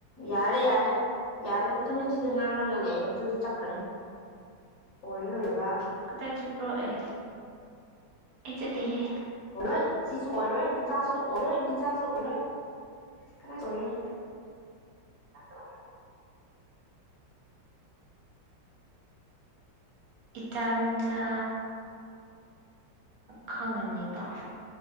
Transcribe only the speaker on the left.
ꯌꯥꯔꯦ ꯌꯥꯔꯦ ꯌꯥꯔꯦ ꯇꯨꯃꯤꯟꯁꯤꯗ ꯉꯥꯡꯔꯒ ꯂꯩ ꯑꯗꯨꯗ ꯆꯠꯈ꯭ꯔꯅꯨ ꯑꯣꯏꯔꯔꯂꯕ
ꯑꯣꯏꯔꯣꯏ ꯁꯤꯁꯨ ꯑꯣꯏꯔꯣꯏ ꯅꯆꯥꯁꯨ ꯑꯣꯏꯔꯣꯏ ꯅꯤꯆꯥꯁꯨ ꯑꯣꯏꯔꯣꯏ ꯀꯅꯥꯁꯨ ꯑꯣꯏꯔꯣꯏ